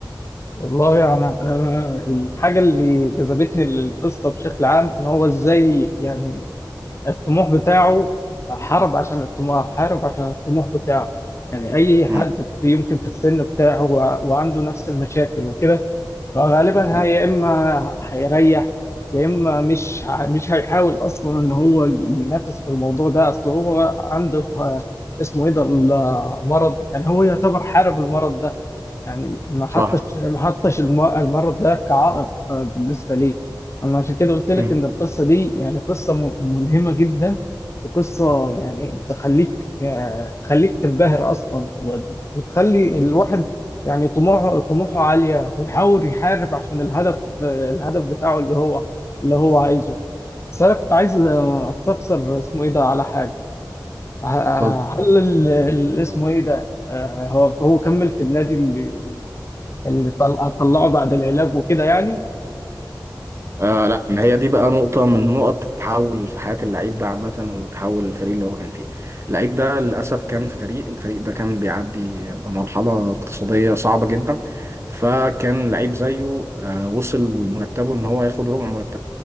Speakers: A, on the left; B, on the right.
A: والله انا انا الحاجه اللي جذبتني للقصه بشكل عام ان هو ازاي يعني الطموح بتاعه حارب عشان الطموح حارب عشان الطموح بتاعه يعني أي حد
B: مم.
A: في- يمكن في السن بتاعه وع- وعنده نفس المشاكل وكده فغالبا
B: مم.
A: هي يا إما هيريح يا إما مش ه- مش هيحاول أصلا إن هو ينافس في الموضوع ده أصل هو عنده آه، اسمه إيه ده المرض يعني هو يعتبر حارب المرض ده يعني ما حطش
B: صح
A: ما حطش الم- المرض ده كعائق آه، بالنسبة لي أنا عشان كده قلت لك
B: مم.
A: إن القصة دي يعني قصة م- ملهمة جدا وقصة يعني تخليك آه، تخليك تنبهر أصلا و- وتخلي الواحد يعني طموحه طموحه عالية ويحاول يحارب عشان الهدف آه، الهدف بتاعه اللي هو اللي هو عايزه بس أنا كنت عايز آه، أستفسر اسمه إيه ده على حاجة ه-
B: اتفضل
A: هل ال- ال- اسمه ايه ده آه، هو هو كمل في النادي اللي اللي طل- طلعه بعد العلاج وكده يعني
B: آه لا ما هي دي بقى نقطة من نقط التحول في حياة اللعيب ده عامة وتحول الفريق اللي هو كان فيه. اللعيب ده للأسف كان في فريق، الفريق ده كان بيعدي بمرحلة اقتصادية صعبة جدا فكان لعيب زيه آه وصل مرتبه إن هو ياخد ربع مرتبه